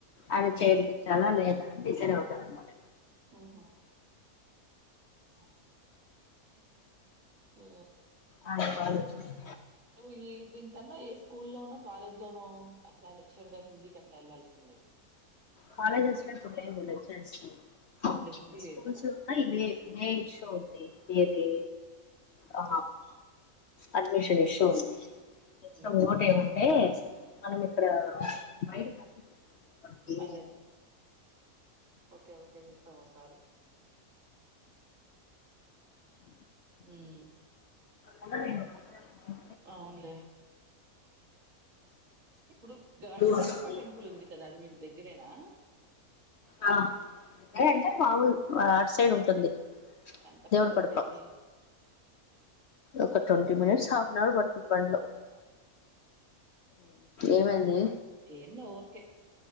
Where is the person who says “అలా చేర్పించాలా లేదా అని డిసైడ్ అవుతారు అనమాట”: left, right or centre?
Left